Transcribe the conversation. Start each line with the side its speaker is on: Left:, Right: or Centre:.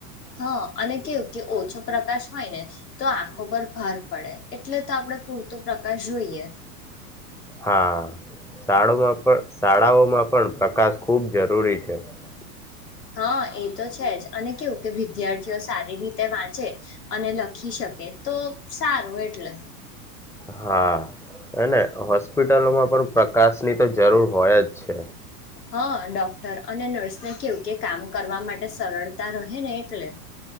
Left: હા અને કેવું કે ઓછો પ્રકાશ હોય ને તો આંખો પર ભાર પડે એટલે તો આપડે પૂરતો પ્રકાશ જોઈએ.
Centre: હા શાળામાં પણ શાળાઓમાં પણ પ્રકાશ ખૂબ જરૂરી છે. <inaudible>
Left: હા એ તો છે જ અને કેવું કે વિદ્યાર્થીઓ સારી રીતે વાંચે અને લખી શકે તો સારું એટલે.
Centre: હા એને હોસ્પિટલોમાં પણ પ્રકાશ ની તો જરૂર ભય જ છે
Left: હા ડોક્ટર અને નર્સ ને કેવું કે કામ કરવા માટે સરળતા રહે ને એટલે